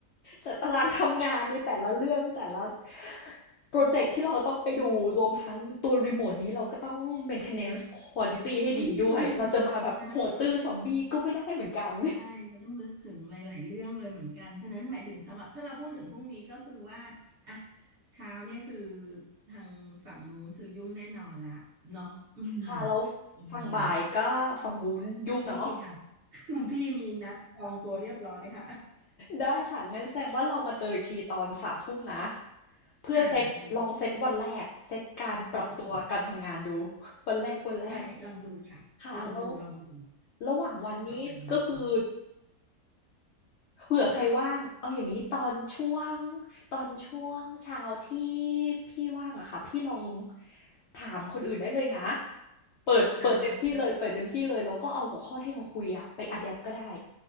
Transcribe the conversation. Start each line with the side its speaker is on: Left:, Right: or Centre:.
Left: จัดตารางทำงานในแต่ละเรื่องแต่ละโปรเจกต์ที่เราต้องไปดูรวมทั้งตัวรีโมทนี้เราก็ต้อง maintenance quality ให้ดีด้วยเราจะมาแบบหัวตื้อซอมบี้ก็ไม่ได้เหมือนกัน
Right: อืมใช่ใช่มันต้องนึกถึงหลายๆเรื่องเลยเหมือนกันฉะนั้นหมายถึงสำหรับถ้าเราพูดถึงพรุ่งนี้ก็คือว่าอ่ะเช้าเนี่ยคือทางฝั่งนู้นคือยุ่งแน่นอนละเนาะอืม
Left: ค่ะแล้ว
Right: ประมาณนั้น
Left: ฝั่งบ่ายก็ฝั่งนู้นยุ่งเนาะ
Right: พี่ค่ะ <laughs> คุณพี่มีนัดจองตัวเรียบร้อยค่ะ
Left: ได้ค่ะงั้นแสดงว่าเรามาเจออีกทีตอนสามทุ่มนะเพื่อเซตลองเซตวันแรกเซตการปรับตัวการทำงานดู
Right: อ่าหรือโอเค
Left: <laughs> วันแรกวันแรก
Right: ได้ลองดูค่ะลองดูลองดู
Left: ค่ะแล้วระหว่างวันนี้ก็คือ
Right: ประมาณนี้นะ
Left: เผื่อใครว่างเอาอย่างนี้ตอนช่วงตอนช่วงเช้าที่พี่ว่างอะค่ะพี่ลองถามคนอื่นได้เลยนะเปิดเปิดเต็มที่เลยเปิดเต็มที่เลยแล้วก็เอาหัวข้อที่เราคุยอะไปอะแดปก็ได้
Right: อ่า